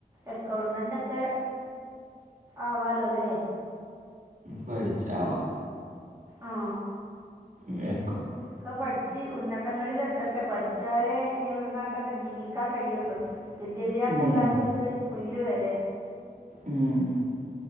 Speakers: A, on the right (about 15°); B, on the right (about 55°).
A: അക്കൗണ്ടന്റക്കെ ആവാലോ ഇല്ലേ
B: പഠിച്ചാ ആവാം
A: ആ
B: എ
A: ഒക്കെ പഠിച്ച് ഉന്നതങ്ങളിൽ എത്തട്ടെ പഠി- പഠിച്ചാലേ ഇനി ഇവിടുന്നാട്ടൊക്കെ ജീവിക്കാൻ കഴിയുള്ളു വിദ്യാഭ്യാസം
B: ഉം,
A: ഇല്ലാത്തവർക്ക് തുല്യ- ലീവാല്ലേ
B: ഉം